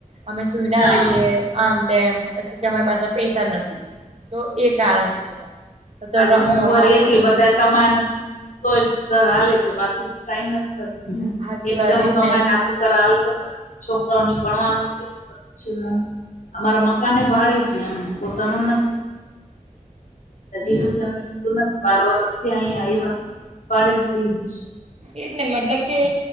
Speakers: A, on the right; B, on the left.
A: અમે સુઈના
B: હા
A: રહીએ આમ તેમ પછી તમારી પાસે પૈસા નથી. તો એ કારણ છે બધા તો તો
B: આજે મોંઘવારી
A: કમાવાના
B: એટલી બધા કમાય ને તોય ઘર હાલે છે બાકી તો કઈ નથી થતું.
A: સાચી
B: એક
A: વાત
B: જણું
A: એજ
B: કમાય ને આખું ઘર હાલતું નથી છોકરા આપનું ભણવાનું અચ્છા, અમારા મકાને ભાળે છે એમ પોતાનું નથી. હજી
A: હમ
B: સુધી
A: હમ
B: અમે લીધું નથી બાર વરસ થી અહી આવ્યા ભાડે જ રહીએ છીએ.
A: એ જ ને મતલબ કે